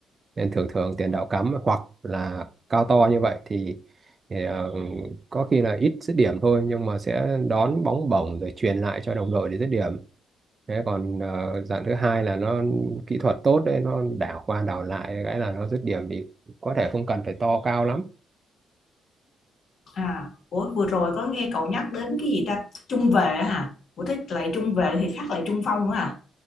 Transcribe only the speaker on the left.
À, ủa, vừa rồi có nghe cậu nhắc đến cái gì ta? Trung vệ hả? Ủa thế lại trung vệ thì khác lại trung phong nữa à?